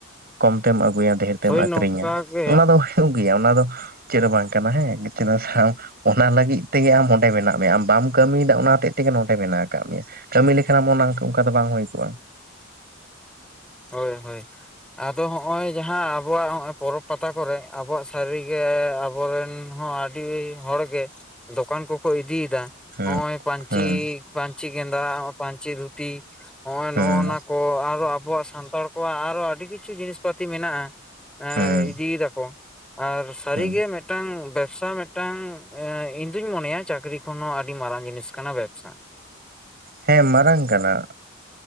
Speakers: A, on the right (about 50°); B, in the centre.
A: ᱠᱚᱢ ᱛᱮᱢ ᱟᱹᱜᱩᱭᱟ ᱰᱷᱮᱨ ᱛᱮᱢ
B: ᱦᱳᱭ
A: ᱟᱠᱷᱨᱤᱧᱟ
B: ᱱᱚᱝᱠᱟ ᱜᱮ
A: ᱚᱱᱟ ᱫᱚ ᱦᱩᱭᱩᱜ ᱜᱮᱭᱟ ᱚᱱᱟ ᱫᱚ᱾ ᱪᱮᱫ ᱦᱚᱸ ᱵᱟᱝ ᱠᱟᱱᱟ ᱦᱮᱸ <unintelligible> ᱚᱱᱟ ᱞᱟᱹᱜᱤᱫ ᱛᱮᱜᱮ ᱟᱢ ᱦᱚᱸᱰᱮ ᱢᱮᱱᱟᱜ ᱢᱮᱭᱟ ᱟᱢ ᱵᱟᱢ ᱠᱟᱹᱢᱤ ᱫᱟ ᱚᱱᱟ ᱦᱚᱛᱮᱡ ᱛᱮᱜᱮ ᱱᱚᱰᱮ ᱢᱮᱱᱟᱜ ᱟᱠᱟᱜ ᱢᱮᱭᱟ᱾ ᱠᱟᱹᱢᱤ ᱞᱮᱠᱷᱟᱱ ᱚᱱᱟ ᱚᱱᱠᱟ ᱚᱱᱠᱟ ᱫᱚ ᱵᱟᱝ ᱦᱩᱭ ᱠᱚᱜᱼᱟ᱾
B: ᱦᱳᱭ ᱦᱳᱭ ᱟᱫᱚ ᱦᱚᱸᱜᱼᱚᱭ ᱡᱟ ᱦᱮᱸ ᱟᱵᱚᱣᱟᱜ ᱦᱚᱸᱜᱼᱚᱭ ᱯᱚᱨᱚᱵᱽ ᱯᱟᱛᱟ ᱠᱚᱨᱮ ᱟᱵᱚᱣᱟᱜ ᱥᱟᱹᱨᱤ ᱜᱮ ᱟᱵᱚᱨᱮᱱ ᱦᱚᱸ ᱟᱹᱰᱤ ᱦᱚᱲ ᱜᱮ ᱫᱚᱠᱟᱱ ᱠᱚᱠᱚ ᱤᱫᱤᱭ ᱫᱟ᱾
A: ᱦᱩᱸ
B: ᱦᱚᱸᱜᱼᱚᱭ ᱯᱟᱹᱧᱪᱤ
A: ᱦᱩᱸ
B: ᱯᱟᱹᱧᱪᱤ ᱜᱮᱸᱫᱟᱜ ᱯᱟᱹᱧᱪᱤ ᱫᱷᱩᱛᱤ ᱦᱚᱸᱜᱼᱚᱭ ᱱᱚᱣᱟ
A: ᱦᱩᱸ
B: ᱚᱱᱟ ᱠᱚ ᱟᱨᱚ ᱟᱵᱚᱣᱟᱜ ᱥᱟᱱᱛᱟᱲ ᱠᱚᱣᱟᱜ ᱟᱨᱚ ᱟᱹᱰᱤ ᱠᱤᱪᱷᱩ ᱡᱤᱱᱤᱥ ᱯᱟᱹᱛᱤ ᱢᱮᱱᱟᱜᱼᱟ,
A: ᱦᱩᱸ
B: ᱮᱸ ᱫᱤᱭ ᱫᱟᱠᱚ ᱟᱨ ᱥᱟᱹᱨᱤ
A: ᱦᱩᱸ
B: ᱜᱮ ᱢᱮᱜ ᱴᱟᱝ ᱵᱮᱵᱥᱟ ᱢᱮᱜ ᱴᱟᱝ ᱮᱸ ᱤᱧ ᱫᱩᱧ ᱢᱚᱱᱮᱭᱟ ᱪᱟᱹᱠᱨᱤ ᱠᱷᱚᱱ ᱦᱚᱸ ᱟᱹᱰᱤ ᱢᱟᱨᱟᱝ ᱡᱤᱱᱤᱥ ᱠᱟᱱᱟ ᱵᱮᱵᱥᱟ᱾ <inaudible>
A: ᱦᱮᱸ ᱢᱟᱨᱟᱝ ᱠᱟᱱᱟ